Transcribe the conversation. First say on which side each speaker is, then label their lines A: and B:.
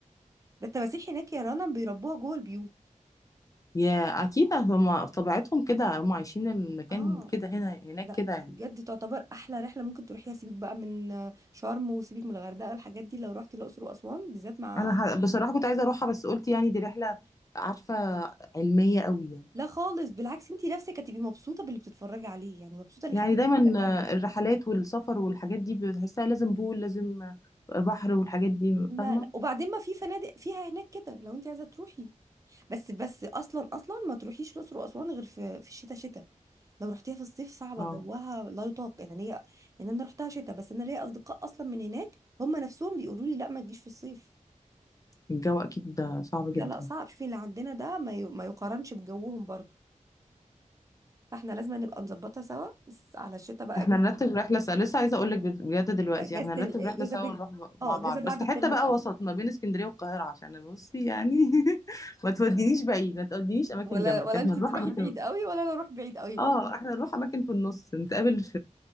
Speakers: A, on the right; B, on the left.
A: ده التماسيح هناك يا رنا بيربوها جوه البيوت
B: يا اكيد هما في طبيعتهم كده هما عايشين المكان
A: اه
B: كده هنا هناك
A: لا
B: كده يعني
A: بجد تعتبر احلى رحله ممكن تروحيها سيبك بقى من شرم وسيبك من الغردقه الحاجات دي لو رحتي الاقصر واسوان بالذات مع
B: انا ح- بصراحه كنت عايزه اروحها بس قلت يعني دي رحله عارفه علميه قوي يعني
A: لا خالص بالعكس انت نفسك هتبقي مبسوطه باللي بتتفرجي عليه يعني مبسوطه ان
B: يعني
A: الحاجات
B: دايما
A: دي تبقى
B: آه،
A: موجوده
B: الرحلات والسفر والحاجات دي بتحسها لازم بول لازم آه، بحر والحاجات دي
A: لا
B: فاهمه
A: لا وبعدين ما في فنادق فيها هناك كده لو انت عايزه تروحي بس بس اصلا اصلا ما تروحيش الاقصر واسوان غير في في الشتاء شتاء لو رحتيها في الصيف صعبة
B: اه
A: جوها لا يطاق يعني أنا ليا يعني أنا رحتها شتاء بس أنا ليا أصدقاء أصلا من هناك هم نفسهم بيقولوا لي لا ما تجيش في الصيف
B: الجو اكيد ده صعب
A: لا
B: جدا
A: لا صعب شوفي اللي عندنا ده ما, ي... ما يقارنش بجوهم برضو فاحنا لازم نبقى نظبطها سوا بس على الشتاء بقى
B: احنا
A: اجازة
B: نرتب رحلة سوا لسه عايزة اقول لك بجد دلوقتي
A: بقى اجازة
B: احنا نرتب
A: ال- اجازة
B: رحلة سوا
A: بين
B: ونروح ب-
A: اه
B: مع
A: اجازة
B: بعض
A: بعد
B: بس
A: الترم
B: حتة بقى
A: الاول
B: وسط ما بين اسكندرية والقاهرة عشان بصي يعني <laughs> ما تودينيش بعيد ما تودينيش اماكن
A: ولا
B: جنبك
A: ولا
B: احنا
A: انت
B: نروح
A: تروحي
B: اماكن
A: بعيد قوي ولا انا اروح بعيد قوي يبقى
B: اه احنا نروح اماكن في النص نتقابل في